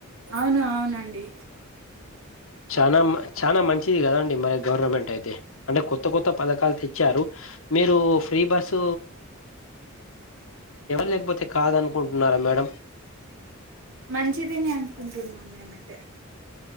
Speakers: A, on the right (about 75°); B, on the left (about 70°).
A: అవును అవునండి
B: చానా మా చానా మంచిది కదండి మరి గవర్నమెంట్ అయితే అంటే కొత్త కొత్త పథకాలు తెచ్చారు మీరు ఫ్రీ బస్ లేకపోతే కాదనుకుంటున్నారా మేడం
A: మంచిదిని అనుకుంటున్నా మేమైతే